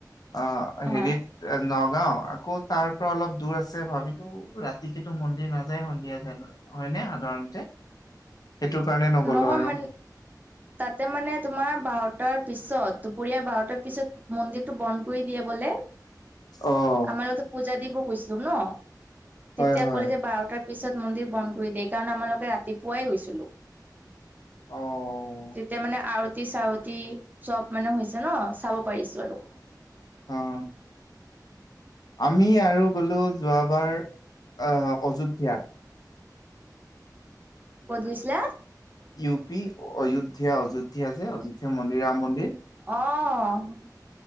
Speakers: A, on the left; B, on the right.
A: অ
B: অ',
A: হেৰিত নগাঁও আকৌ তাৰ পৰা অলপ দূৰ আছে ভাবিলো। ৰাতিতো মন্দিৰ নাযায় সন্ধিয়া যায় হয়নে সাধাৰণতে সেইটো কাৰণে নগ'লো
B: নহয়
A: আৰু
B: মানে তাতে মানে তোমাৰ বাৰটাৰ পিছত দুপৰীয়া বাৰটাৰ পিছত মন্দিৰটো বন্ধ কৰি দিয়ে বোলে
A: অ
B: আমাৰ লগটো পূজা দিব গৈছিলো ন
A: হয়
B: তেতিয়া
A: হয়
B: ক'লে যে বাৰটাৰ পিছত মন্দিৰ বন্ধ কৰি দিয়ে কাৰণ আমালোকে ৰাতিপুৱাই গৈছিলো।
A: অ
B: তেতিয়া মানে আৰতি চাৱতি চব মানে হৈছে ন চাব পাৰিছো আৰু
A: অ অ আমি আৰু গ'লো যোৱাবাৰ আহ অযোধ্যা।
B: ক'ত গৈছিলা?
A: ইউ পি অযোধ্যা অযোধ্যা যে অযোধ্যা মন্দিৰ ৰাম মন্দিৰ।
B: অ